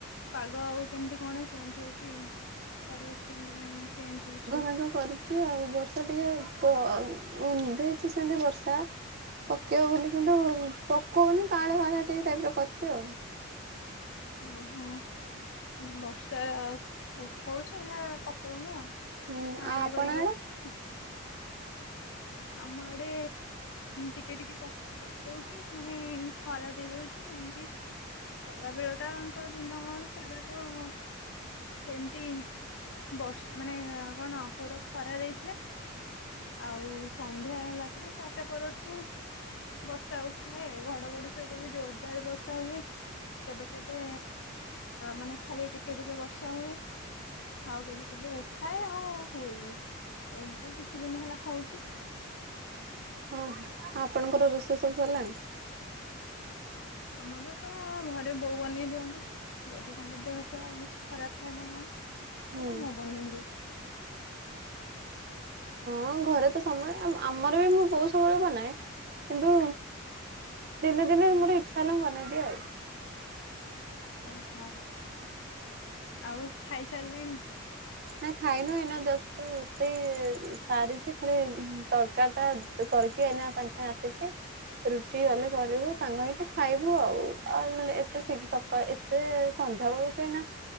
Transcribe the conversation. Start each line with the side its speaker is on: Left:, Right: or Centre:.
Left: ପାଗ ଆଉ କେମିତି କଣ ଚେଞ୍ଜ ହଉ ଚି ପରିବେଶ କେମିତି କେ ଚେଞ୍ଜ ହଉଛି?
Right: ତାଙ୍କୁ କରି ଚି ଆଉ ବର୍ଷା ଟିକେ ଦେଇଛି ସେମିତି ବର୍ଷା। ପକେଇବ ବୋଲି କିନ୍ତୁ ପକଉନି କାଁଳିଆ ପାଁଳିଆ ଟିକେ ଟାଇପର କରିଛି ଆଉ।
Left: ଓହୋ ମାନେ ବର୍ଷା ଉଠଉଛି ହେଲେ ପକଉନି ଆଉ।
Right: ହୁଁ
Left: କାଳିଆ
Right: ଆଉ ଆପଣ
Left: କରିକି
Right: ଆଡେ
Left: ରଖିଥିବ। ଆମ ଆଡେ ଟିକେ ଟିକେ ପକଉଛି ପୁଣି ଖରା ଦେଇଦଉଛି। ଏମତି ଖରା ବେଳ ଟାଙ୍କ ଦିନ ସାରା ତ ସେମିତି ବର୍ଷ ମାନେ କଣ ପୁରା ଖରା ଦେଇଥିଲା। ଆଉ ସନ୍ଧ୍ୟା ହେଲା ପରେ ଚାରିଟା ପରଠୁ ବର୍ଷା ଉଠାଏ ଘଡଘଡି ସହିତ ବି ଜୋରଦାର ବର୍ଷା ହୁଏ। କେବେ କେବେ ମାନେ ଖାଲି ଟିକେ ଟିକେ ବର୍ଷା ହୁଏ। ଆଉ କେବେ କେବେ ଉଠାଏ ଆଉ ହୁଏନି ଏମିତି କିଛି ଦିନ ହେଲା ହଉଛି।
Right: ହୁଁ ହୁଁ ଆପଣଙ୍କର ରୋଷେଇ ସବୁ ସରିଲାଣି?
Left: ଆମର ତ ଘରେ ବୋଉ ବନେଇ ଦିଅନ୍ତି। ଯଦି ତାଙ୍କର ଦେହ ପେହ କିଛି ଖରାପ ଥାଏ ନା କଣ ତାହେଲେ
Right: ହୁଁ
Left: ମୁଁ ବନେଇଦିଏ।
Right: ହଁ ଘରେ ତ ସବୁବେଳେ ଆମର ବି ମୁଁ ବୋଉ ସବୁବେଳେ ବନାଏ କିନ୍ତୁ ଦିନେ ଦିନେ ମୋର ଇଚ୍ଛା ହେଲେ ମୁ ବନେଇଦିଏ ଆଉ।
Left: ଓହୋ ଆଉ ଖାଇସାରିଲେଣି?
Right: ନା ଖାଇନୁ ଏଇନା ଜଷ୍ଟ ରୋଷେଇ ସାରିଛି ଖାଲି ତରକା ଟା ତୁ କରିକି ଏନା ସାଙ୍ଗେ ସାଙ୍ଗେ ଆସିଛି। ରୁଟି ଗଲେ କରିବୁ ସାଙ୍ଗ ହେଇକି ଖାଇବୁ ଆଉ ଆଉ ଏତେ ଶି ଏତେ ସନ୍ଧ୍ୟା ବେଳୁ କାହିଁ ନା